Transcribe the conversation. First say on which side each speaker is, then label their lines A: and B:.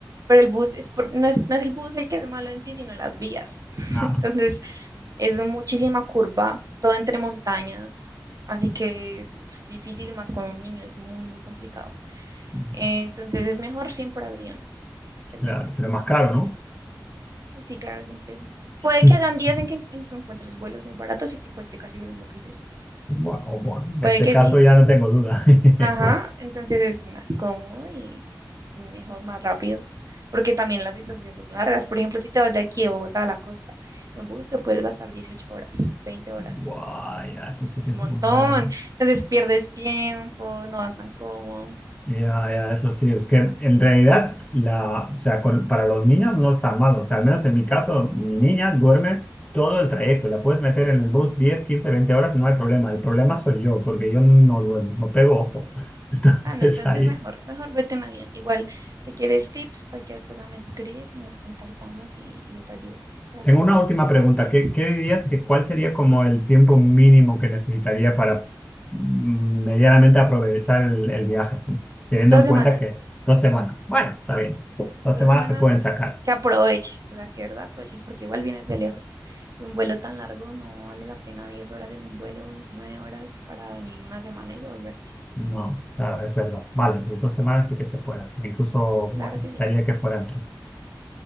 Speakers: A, on the right; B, on the left.
A: pero el bus es por- no es, no es el bus el que es malo en sí, sino las vías. <laughs>
B: Ah.
A: Entonces, es muchísima curva, todo entre montañas, así que es difícil y más con un niño, es muy, muy complicado.
B: no.
A: Eh, Entonces es mejor siempre avión, es
B: Claro,
A: mejor.
B: pero más caro, ¿no?
A: Sí, claro, siempre es. Puede
B: <laughs>
A: que hayan días en que, en que encuentres vuelos muy baratos y que cueste casi lo mismo que el bus.
B: Bueno, o bueno, en
A: Puede
B: este
A: que
B: caso
A: sí.
B: ya no tengo duda. <laughs>
A: Ajá. Entonces es más cómodo y mejor, más rápido. Porque también las distancias son largas. Por ejemplo, si te vas de aquí de Bogotá a la costa, en bus te puedes gastar 18 horas, 20 horas.
B: Guay, ya, eso sí
A: Es
B: que es
A: un montón.
B: muy largo.
A: Entonces pierdes tiempo, no vas tan cómodo.
B: Ya, ya, eso sí, es que en realidad, la, o sea, con- para los niños no es tan malo. O sea, al menos en mi caso, mi niña duerme todo el trayecto. La puedes meter en el bus 10, 15, 20 horas, no hay problema. El problema soy yo, porque yo no duermo, no pego ojo. <laughs> Entonces
A: Ah, no, entonces
B: ahí.
A: mejor, mejor vete en avión. Igual, si quieres tips, cualquier cosa me escribes y nos contactamos y, y yo te ayudo para
B: Tengo
A: cuando
B: una última pregunta.
A: vengas.
B: ¿Qué, qué dirías que cuál sería como el tiempo mínimo que necesitaría para mm, medianamente aprovechar el, el viaje? Teniendo
A: Dos
B: en
A: semanas.
B: cuenta que dos semanas, bueno, está
A: sí.
B: bien, dos
A: Dos
B: semanas
A: semanas
B: se pueden sacar.
A: que aproveches, o sea, que de verdad aproveches porque igual vienes de lejos. Y un vuelo tan largo no vale la pena 10 horas en un vuelo, 9 horas para venir una semana y devolverte.
B: No, claro, es verdad. Vale, pues dos semanas sí que se pueden hacer. Incluso,
A: Claro
B: bueno, intentaría
A: que sí.
B: que fueran tres.